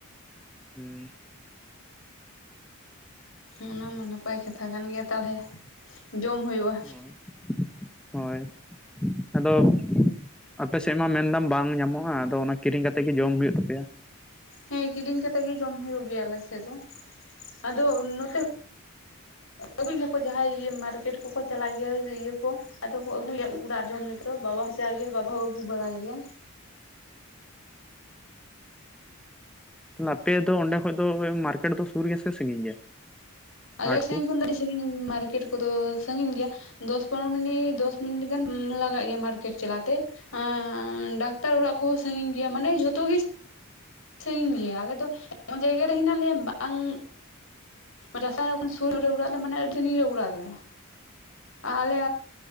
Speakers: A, in the centre; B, on the left.
A: ᱦᱮᱸ
B: ᱚᱱᱟ ᱢᱟ ᱱᱟᱯᱟᱭ ᱠᱟᱛᱷᱟ ᱠᱟᱱ ᱜᱮᱭᱟ ᱛᱟᱦᱚᱞᱮ ᱡᱚᱢ ᱦᱩᱭᱩᱜᱼᱟ᱾
A: ᱦᱳᱭ ᱦᱳᱭ ᱟᱫᱚ ᱟᱯᱮᱥᱮᱫ ᱢᱟ ᱢᱮᱱᱫᱟᱢ ᱵᱟᱝ ᱧᱟᱢᱚᱜᱼᱟ᱾ ᱟᱫᱚ ᱚᱱᱟ ᱠᱤᱨᱤᱧ ᱠᱟᱛᱮ ᱜᱮ ᱡᱚᱢ ᱦᱩᱭᱩᱜ ᱛᱟᱯᱮᱭᱟ᱾
B: ᱦᱮᱸ ᱠᱤᱨᱤᱧ ᱠᱟᱛᱮᱜ ᱜᱮ ᱡᱚᱢ ᱦᱩᱭᱩᱜ ᱜᱮᱭᱟ ᱟᱞᱮᱥᱮᱫ ᱫᱚ᱾ ᱟᱫᱚ ᱱᱚᱛᱮ ᱟᱹᱜᱩᱭ ᱜᱮᱭᱟ ᱠᱚ ᱡᱟᱦᱟᱸᱭ ᱢᱟᱨᱠᱮᱴ ᱠᱚᱠᱚ ᱪᱟᱞᱟᱜ ᱜᱮᱭᱟ ᱤᱭᱟᱹ ᱠᱚ᱾ ᱟᱫᱚ ᱠᱚ ᱟᱹᱜᱩᱭᱟ ᱚᱲᱟᱜ ᱡᱚᱢ ᱞᱮᱴᱚ ᱵᱟᱵᱟ ᱦᱚ ᱪᱟᱞᱟᱜ ᱜᱮᱭᱟ ᱵᱟᱵᱟ ᱦᱚ ᱟᱹᱜᱩ ᱵᱟᱲᱟᱭ ᱜᱮᱭᱟ᱾
A: ᱩᱸ, ᱟᱯᱮ ᱫᱚ ᱚᱸᱰᱮ ᱠᱷᱚᱡ ᱫᱚ ᱢᱟᱨᱠᱮᱴ ᱫᱚ ᱥᱩᱨ ᱜᱮᱭᱟ ᱥᱮ ᱥᱟᱺᱜᱤᱧ ᱜᱮᱭᱟ?
B: ᱟᱞᱮ
A: ᱦᱟᱴ
B: ᱴᱷᱮᱱ
A: ᱠᱚ?
B: ᱠᱷᱚᱱ ᱫᱚ ᱟᱹᱰᱤ ᱥᱟᱺᱜᱤᱧ ᱢᱟᱨᱠᱮᱴ ᱠᱚᱫᱚ ᱥᱟᱺᱜᱤᱧ ᱜᱮᱭᱟ᱾ ᱫᱚᱥ ᱯᱚᱱᱨᱚ ᱢᱤᱱᱤᱴ ᱫᱚᱥ ᱢᱤᱱᱤᱴ ᱜᱟᱱ ᱞᱟᱜᱟᱜ ᱜᱮᱭᱟ ᱢᱟᱨᱠᱮᱴ ᱪᱟᱞᱟᱛᱮ ᱮ ᱰᱟᱠᱛᱟᱨ ᱚᱲᱟᱜ ᱠᱚᱦᱚᱸ ᱥᱟᱺᱜᱤᱧ ᱜᱮᱭᱟ ᱢᱟᱱᱮ ᱡᱷᱚᱛᱚ ᱜᱮ ᱥᱟᱺᱜᱤᱧ ᱜᱮᱭᱟ ᱟᱞᱮ ᱫᱚ ᱮᱢᱟᱱ ᱡᱟᱭᱜᱟ ᱨᱮ ᱦᱮᱱᱟᱜ ᱞᱮᱭᱟ ᱵᱟᱝ ᱨᱟᱸᱥᱛᱟ ᱡᱚᱠᱷᱚᱱ ᱥᱩᱨ ᱨᱮ ᱚᱲᱟᱜ ᱟᱞᱮ ᱢᱟᱱᱮ ᱟ. ᱰᱤ ᱥᱟ. ᱜᱤᱧ ᱨᱮ ᱚᱲᱟᱜ ᱟᱞᱮ ᱟᱨ ᱟᱞᱮ